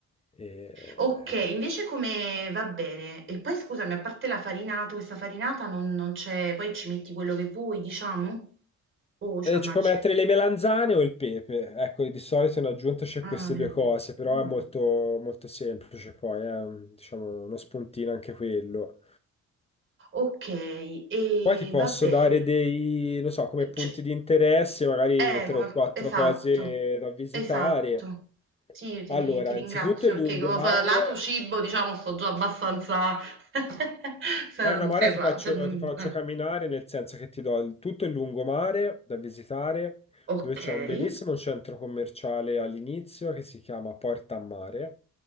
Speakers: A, on the left (about 20°); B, on the right (about 40°).
A: E...
B: Okay, invece come va bene. E poi scusami, a parte la farinata, questa farinata non non c'è poi ci metti quello che vuoi, diciamo? O c'è
A: e
B: una
A: ci puoi
B: ricetta?
A: mettere le melanzane o il pepe, ecco, di solito in aggiunta c'è
B: Ah,
A: queste
B: meravigl
A: due cose, però
B: buono.
A: è molto, molto semplice poi, eh, Diciamo uno spuntino anche quello.
B: Okay, e
A: Poi ti posso
B: va bene.
A: dare dei, non so, come
B: Ehm,
A: punti
B: c
A: di interesse, magari
B: eh,
A: tre
B: come
A: o
B: al
A: quattro
B: co esatto,
A: cose da visitare.
B: esatto. Sì, ti
A: Allora,
B: ri ti ringrazio
A: innanzitutto il
B: perché
A: lungomare.
B: co fa lato cibo, diciamo, sto già abbastanza <laughs> s
A: È una mare
B: ferra
A: ti faccio,
B: cioè, mhmm,
A: ti faccio
B: eh.
A: camminare, nel senso che ti do il- tutto il lungomare da visitare,
B: Okay.
A: dove c'è un bellissimo centro commerciale all'inizio che si chiama Porta a Mare.